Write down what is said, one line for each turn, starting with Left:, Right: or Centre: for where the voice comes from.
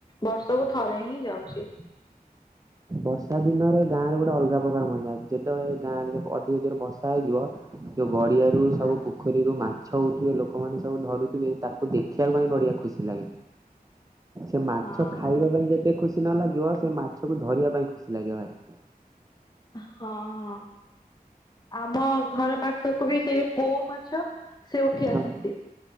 Left: ବର୍ଷକୁୁ ଥରେ ହିଁ ଯାଉଛି।
Right: ବର୍ଷା ଦିନରେ ଗାଁରେ ଗୋଟେ ଅଲଗା ପ୍ରକାର ମଞ୍ା ଯେତେବେଳେ ଗାଁ ରେ ଅଧିକ ଜୋର ବର୍ଷା ହେଇଯିବ ଗଡ଼ିଆରୁ ସବୁ
Left: ହଁ।
Right: ପୋଖରୀରୁ ମାଛ ଛ ଉଠିବେ ଲୋକମାନେ ସବୁ ଧରୁଥିବେ ତାକୁ ଦେଖିବାକୁ ପାଇଁ ବଢିଆ ଖୁସି ଲାଗେ। ସେ ମାଛ
Left: ହଁ
Right: ଖାଇବା
Left: ହଁ
Right: ପାଇଁ ଯେତେ ଖୁସି ନ ଲାଗିବ ସେ ମାଛକୁ ଧରିବା ଖୁସି ଲାଗେ ଭାରି।
Left: ହଁ ହଁ। ଆମ ଘର ପାଖକୁ ବି ସେ କୋଉ ମାଛ ସେ ଉଠି
Right: ହଁ
Left: ଆସନ୍ତି।